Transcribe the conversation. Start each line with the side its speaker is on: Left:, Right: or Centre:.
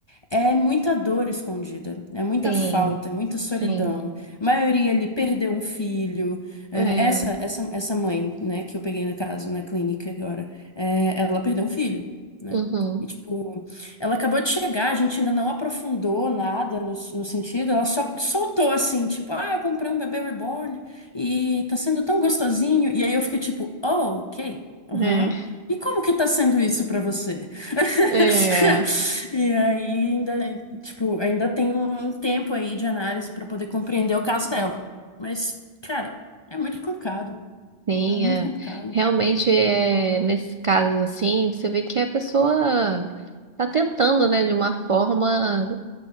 Left: é muita dor escondida, é muita
Right: sim,
Left: falta, é muita
Right: sim.
Left: solidão. A maioria ali perdeu um filho. É,
Right: É,
Left: essa, essa, essa mãe, né, que eu peguei na casa na clínica agora, é, ela perdeu um filho, né?
Right: uhum,
Left: E, tipo, ela acabou de chegar, a gente ainda não aprofundou nada no, no sentido, ela só soltou assim, tipo, ah, eu comprei um bebê reborn e tá sendo tão gostosinho. E aí eu fiquei tipo, oh, ok, aham.
Right: é,
Left: E como que tá sendo isso pra você? <laughs>
Right: é.
Left: E aí ainda, tipo, ainda tem um um tempo aí de análise para poder compreender o caso dela. Mas, cara, é muito complicado.
Right: Sim,
Left: É muito
Right: é.
Left: complicado.
Right: Realmente, é, nesses casos assim, você vê que a pessoa Tá tentando, né, de uma forma,